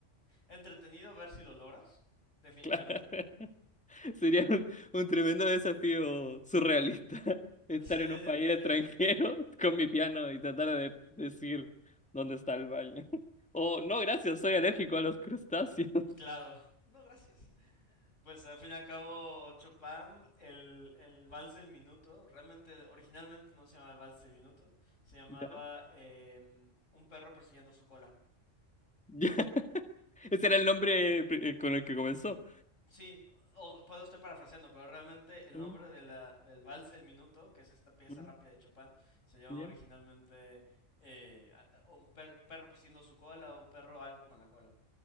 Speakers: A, on the left; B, in the centre.
A: entretenido ver si lo logras, definitivamente.
B: <laughs> Sería un, un tremendo desafío surrealista <laughs> estar
A: Sí,
B: en
A: <laughs>
B: un país
A: te-
B: extranjero
A: te-
B: <laughs> con mi piano y tratar de decir dónde está el baño. <laughs> O no, gracias, soy alérgico a los crustáceos.
A: Claro, no, gracias. Pues al fin y al cabo, Chopin, el, el vals del minuto, realmente originalmente no se llamaba el vals del minuto, se llamaba
B: <laughs>
A: em, Un perro persiguiendo su cola.
B: Ya. <laughs> Ese era el nombre pri- eh, con el que comenzó.
A: Sí, o, puedo estar parafraseando, pero realmente el
B: Mm,
A: nombre de la, del vals del minuto, que es esta pieza
B: mm,
A: rápida de Chopin, se llama
B: Ya.
A: originalmente eh, a- a- Un per- perro persiguiendo su cola o un perro algo con la cola,